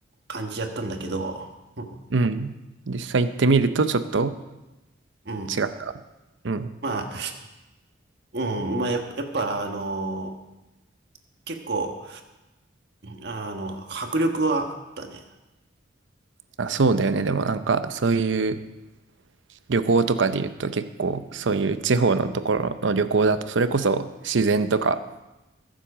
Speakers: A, on the right (about 55°); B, on the right (about 75°).
A: 感じやったんだけど、うん、
B: うん。実際行ってみるとちょっと
A: うん
B: 違った。うん。
A: まあ、うん、まあやっぱ、やっぱあの、結構、あの、迫力はあったね。
B: あ、そうだよね。でもなんか、そういう旅行とかで言うと結構、そういう地方のところの旅行だと、それこそ自然とか、